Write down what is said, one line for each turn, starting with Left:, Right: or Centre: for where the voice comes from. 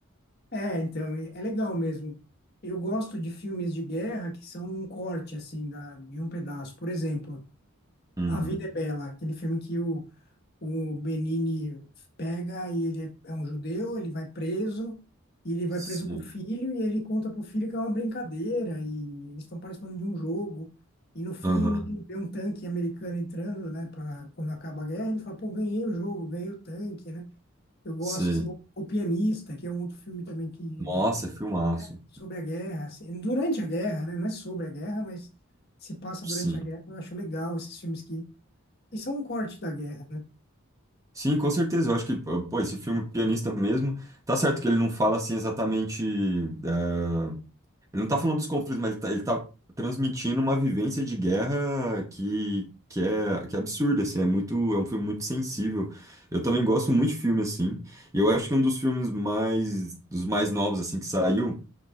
Left: É, então, é é legal mesmo. Eu gosto de filmes de guerra que são um corte, assim, da, de um pedaço. Por exemplo,
Right: Uhum.
Left: A Vida é Bela, aquele filme que o O Benini pega e ele é é um judeu, ele vai preso, e ele vai
Right: Sim.
Left: preso com o filho, e ele conta pro filho que é uma brincadeira, e eles estão participando de um jogo. E no fim
Right: Aham.
Left: o menino vê um tanque americano entrando, né, para quando acaba a guerra, ele fala, pô, ganhei o jogo, ganhei o tanque, né? Eu gosto,
Right: Sim.
Left: assim, o, o Pianista, que é um outro filme também que
Right: Nossa,
Left: é,
Right: é filmaço.
Left: né, sobre a guerra, assim, durante a guerra, né? Não é sobre a guerra, mas se passa
Right: Sim.
Left: durante a guerra. Eu acho legal esses filmes que, que são um corte da guerra, né?
Right: Sim, com certeza. Eu acho que, ah, pô, esse filme Pianista mesmo, tá certo que ele não fala assim exatamente. eh, ele não tá falando dos conflitos, mas ele tá, ele tá transmitindo uma vivência de guerra que, que é, que é absurda, assim, é muito, é um filme muito sensível. Eu também gosto muito de filme, assim. E eu acho que um dos filmes mais, dos mais novos, assim, que saiu.